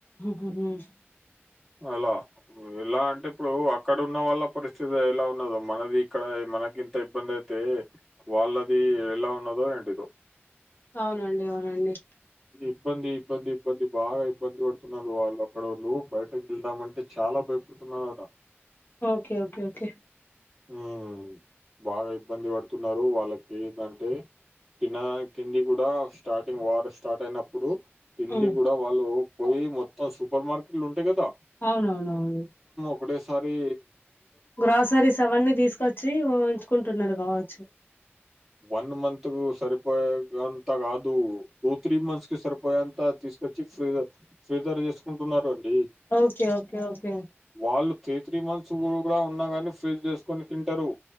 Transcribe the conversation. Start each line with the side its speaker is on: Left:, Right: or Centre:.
Left: గుడ్ న్యూస్
Centre: అలా, ఎలా అంటే ఇప్పుడూ అక్కడున్ ఉన్న వాళ్ళ పరిస్థితి ఎలా ఉన్నదో మనది ఇక్కడ మనక్ గింత ఇబ్బందయితే వాళ్ళది ఎలా ఉన్నోదో ఎంటిదో
Left: అవునండి అవునండి
Centre: ఇబ్బంది ఇబ్బంది ఇబ్బంది బాగా ఇబ్బంది బడుతున్నరు వాళ్ళు అక్కడోళ్ళు బయటకెళ్దామంటే చాలా భయపడుతున్నారట
Left: ఓకే ఓకే ఓకే
Centre: ఉమ్ బాగా ఇబ్బంది పడుతున్నరూ, వాళ్ళకేంటంటే తినా తిండి గూడా స్టార్టింగ్ వార్ స్టార్టయినప్పుడు తిండి
Left: హ్మ్.
Centre: గుడా వాళ్ళు పోయి మొత్తం సూపర్ మార్కెట్లు ఉంటయి గదా
Left: అవునవును అవును
Centre: ఒకటే సారి
Left: గ్రాసరీస్ అవన్నీ దీసుకచ్చి వుంచుకుంటున్నడు గావచ్చు
Centre: వన్ మంత్ కు సరిపోయే అంతా కాదు టూ త్రీ మంత్స్ కి సరిపోయే అంతా తీసుకొచ్చి ఫ్రీజర్ ఫ్రీజర్ చేసుకుంటు న్నారా అండి
Left: ఓకే ఓకే ఓకే
Centre: వాళ్ళు త్రీ త్రీ మంత్స్ కూడా కూడా ఉన్నా గాని ఫ్రీజ్ చేసుకొని తింటారు